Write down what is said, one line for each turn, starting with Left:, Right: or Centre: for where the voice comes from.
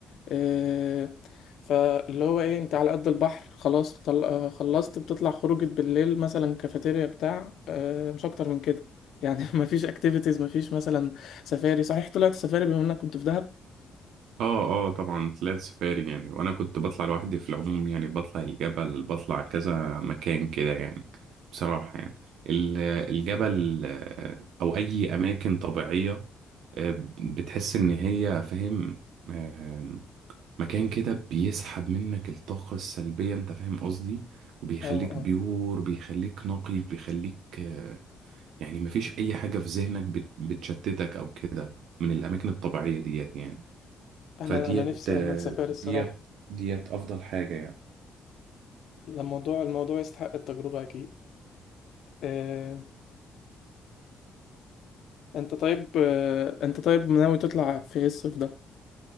Left: آه، فاللي هو ايه انت على قد البحر خلاص طل... آه، خلصت بتطلع خروجة بالليل مثلا كافيتيريا بتاع آه، مش اكتر من كده يعني <laughs> مفيش اكتيفيتيز مفيش مثلا سفاري صحيح طلعت سفاري بما انك كنت في دهب
Right: آه آه طبعا طلعت سفاري يعني وأنا كنت بطلع لوحدي في العموم يعني بطلع الجبل بطلع كذا مكان كده يعني بصراحة يعني ال- الجبل
Left: مم.
Right: آه، أو أي أماكن طبيعية آه، بتحس إن هي فاهم آه، مكان كده بيسحب منك الطاقة السلبية أنت فاهم قصدي؟ وبيخليك
Left: اه اه
Right: بيور بيخليك نقي بيخليك آه، يعني مفيش أي حاجة في ذهنك بت- بتشتتك أو كده من الأماكن الطبيعية ديت يعني
Left: انا
Right: فديت
Left: انا نفسي
Right: آه،
Left: اعمل سفاري
Right: ديت
Left: الصراحة
Right: ديت أفضل حاجة يعني
Left: لا، الموضوع الموضوع يستحق التجربة أكيد آه، أنت طيب آه، أنت طيب ناوي تطلع في إيه الصيف ده؟